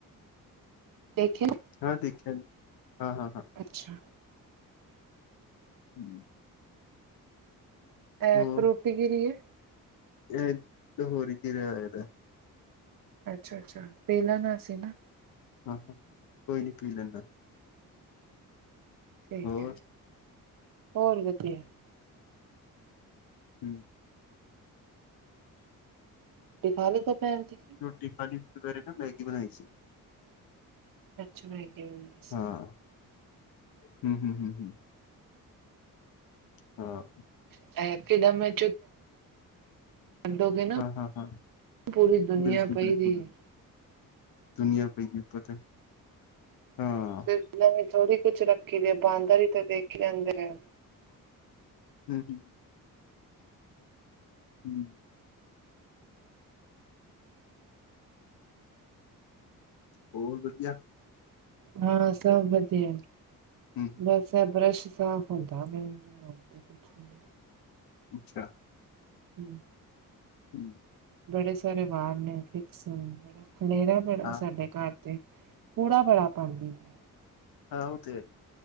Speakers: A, on the right (about 70°); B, on the left (about 85°).
A: ਦੇਖਿਆ।
B: ਹਾਂ ਦੇਖਿਆ ਹਾਂ-ਹਾਂ-ਹਾਂ।
A: ਅੱਛਾ
B: <inaudible>
A: ਇਹ
B: ਹੋਰ
A: ਫਰੂਟੀ ਕਿਹਦੀ ਏ।
B: ਇਹ ਲਹੋਰੀ ਜੀਰਾ ਆਇਆ ਦਾ।
A: ਅੱਛਾ-ਅੱਛਾ ਪੀ ਲੈਣਾ ਸੀ ਨਾ।
B: ਹਾਂ-ਹਾਂ ਕੋਈ ਨਹੀਂ ਪੀ ਲੈਂਣਾ।
A: ਠੀਕ
B: ਹੋਰ
A: ਹੈ ਹੋਰ ਵਧੀਆ
B: ਹਮ।
A: ਰੋਟੀ ਖਾਲੀ ਦੁਪਹਿਰ ਦੀ।
B: ਰੋਟੀ ਖਾਲੀ ਦੁਪਹਿਰੇ ਨਾ ਮੈਗੀ ਬਣਾਈ ਸੀ।
A: ਅੱਛਾ ਮੈਗੀ ਬਣਾ
B: ਹਾਂ ਹਮ-ਹਮ, ਹਮ। ਹਾਂ।
A: <unintelligible> ਛੱਡੋਗੇ ਨਾ
B: ਹਾਂ ਹਾਂ ਹਾਂ
A: ਪੂਰੀ ਦੁਨੀਆਂ
B: ਬਿਲਕੁਲ
A: ਪਈ
B: ਬਿਲਕੁਲ
A: ਦੀ ਏ।
B: <unintelligible> ਹਾਂ।
A: <unintelligible> ਤੇ ਥੋੜ੍ਹੀ ਕੁੱਝ ਰੱਖੀ ਦੀ ਆ ਬਾਂਦਰ ਹੀ ਤੇ ਦੇਖ ਲੈਂਦੇ ਨੇ।
B: ਹਮ-ਹਮ। ਹਮ। ਹੋਰ ਵਧੀਆ।
A: ਹਾਂ ਸਭ ਵਧੀਆ।
B: ਹਮ।
A: ਵੈਸੇ ਬਰੱਸ਼ ਸਾਫ਼ ਹੁੰਦਾ ਪਿਆ। ਹੋਰ ਤੇ ਕੁਛ ਨਹੀਂ
B: ਅੱਛਾ।
A: ਹਾ
B: ਹਮ।
A: ਬੜੇ ਸਾਰੇ ਵਾਲ ਨੇ ਫਿਕਸ ਖਲੇਰਾ ਬੜਾ
B: ਹਾਂ
A: ਸਾਡੇ ਘਰ। ਤੇ ਕੂੜਾ ਬੜਾ ਪਾਂਦੀ ਏ।
B: ਹਾਂ ਉਹ ਤੇ ਹੈ